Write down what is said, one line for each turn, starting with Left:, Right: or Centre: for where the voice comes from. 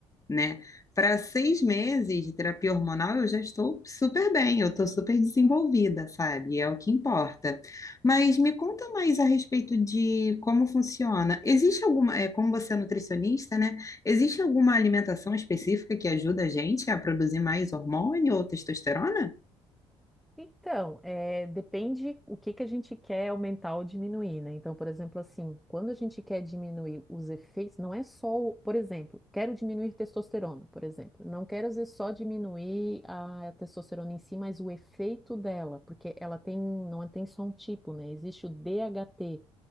Left: né? Para seis meses de terapia hormonal, eu já estou super bem, eu estou super desenvolvida, sabe? É o que importa. Mas me conta mais a respeito de como funciona. Existe alguma, é, como você é nutricionista, né? Existe alguma alimentação específica que ajuda a gente a produzir mais hormônio ou testosterona?
Centre: Então, eh, depende o que que a gente quer aumentar ou diminuir, né? Então, por exemplo, assim, quando a gente quer diminuir os efeitos, não é só, o- por exemplo, quero diminuir testosterona, por exemplo. Não quero dizer só diminuir a testosterona em si, mas o efeito dela, porque ela tem, não tem só um tipo, né? Existe o DHT,